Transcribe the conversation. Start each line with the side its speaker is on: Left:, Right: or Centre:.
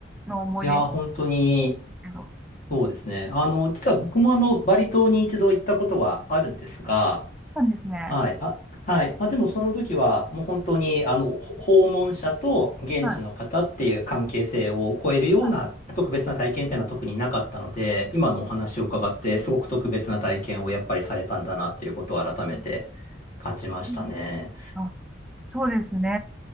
Centre: の思い出です
Left: いやー、本当に、
Centre: けど、そ
Left: そうですね。あの、実は僕もあの、バリ島に一度行ったことはあるんですが、
Centre: うなんですね。
Left: はい。あ、はい。まあ、でもその時は、もう本当に、あの、ほ訪問者と現地の方っていう関係性を超えるような特別な体験っていうのは特になかったので、
Centre: はい。はい
Left: 今のお話を伺って、すごく特別な体験をやっぱりされたんだなっていうことを改めて感じましたね。
Centre: うんうんあ、そうですね。